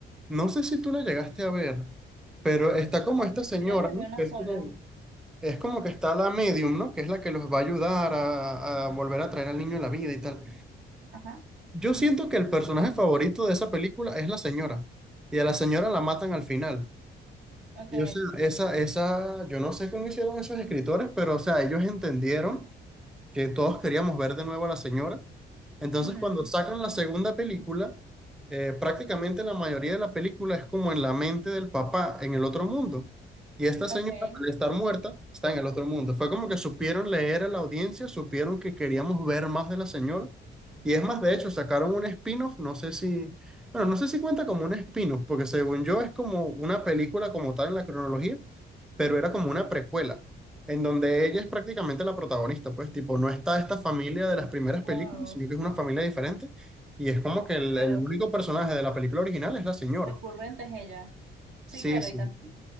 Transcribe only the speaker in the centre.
no sé si tú la llegaste a ver, pero está como esta señora,
¿no?
Que es
como, Es como que está la medium, ¿no? Que es la que los va a ayudar a, a volver a traer al niño a la vida y tal.
Yo siento que el personaje favorito de esa película es la señora. Y a la señora la matan al final.
Y o sea, esa, esa, yo no sé cómo hicieron esos escritores, pero o sea, ellos entendieron que todos queríamos ver de nuevo a la señora entonces,
cuando sacan la segunda película, eh, prácticamente la mayoría de la película es como en la mente del papá en el otro mundo. Y esta señora,
al estar muerta, está en el otro mundo. Fue como que supieron leer a la audiencia, supieron que queríamos ver más de la señora. Y es más, de hecho, sacaron un spin-off, no sé si, bueno, no sé si cuenta como un spin-off, porque según yo es como una película como tal en la cronología, pero era como una precuela en donde ella es prácticamente la protagonista, pues, tipo, no está esta familia de las primeras
películas, sino que es una familia diferente, y es como que el,
el único personaje de la película original es la señora.
Sí,
sí.